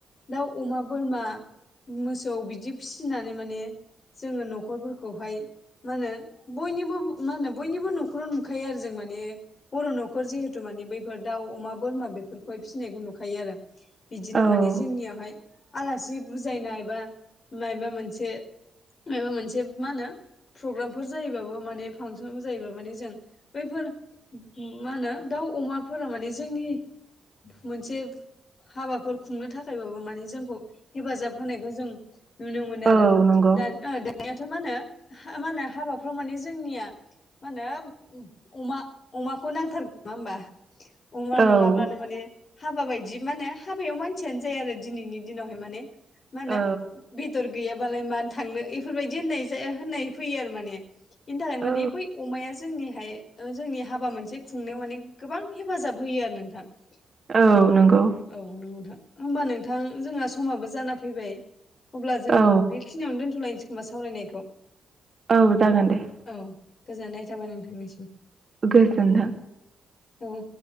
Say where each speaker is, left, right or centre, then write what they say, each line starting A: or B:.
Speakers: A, on the left (about 50°); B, on the right (about 45°).
A: दाउ अमा बोरमा मोसौ बिदि फिसिनानै माने जोङो न'खरफोरखौहाय मा होनो बयनिबो मा होनो बयनिबो न'खराव नुखायो आरो जों माने बर' न'खर जिहेतु माने बैफोर दाउ अमा बोरमा बेफोरखौहाय फिसिनायखौ नुखायो आरो बिदिनो
B: औ
A: माने जोंनियावहाय आलासि बुजायनायबा मायबा मोनसे मायबा मोनसे मा होनो प्रग्रामफोर जायोबाबो माने फांसनफोर जायोब माने जों बैफोर मा होनो दाउ अमाफोरा माने जोंनि मोनसे हाबाफोर खुंनो थाखायबाबो माने जोंखौ हेफाजाब होनायखौ जों नुनो मोनो आरो
B: औ नंगौ
A: दा हानायाथ' मा होनो मा होनो हाबाफ्राव माने जोंनिया मा होनो अमा अमाखौ नांथारगोन नङा होमबा अमा
B: औ
A: नङाब्लानो माने हाबा बायदि मानो हाबायाव मानसियानो जाया आरो दिनैनि दिनावहाय माने मा होनो
B: औ
A: बेदर गैयाबालाय मानो थांनो एफोरबायदि होननाय जा होननाय फैयो आरो माने इनिथाखायनो
B: औ
A: माने बै अमाया जोंनिहाय ओ जोंनि हाबा मोनसे खुंनायाव माने गोबां हेफाजाब होयो आरो नोंथां
B: औ
A: उम
B: नंगौ
A: औ नंगौथां होमबा नोंथां जोंहा समाबो जाना फैबाय अब्ला जों
B: औ
A: बेखिनियावनो दोन्थ'लायनोसै खोमा सावरायनायखौ।
B: औ जागोन दे।
A: औ गोजोननाय थाबाय नोंथांनिसिम।
B: गोजोन्थों
A: औ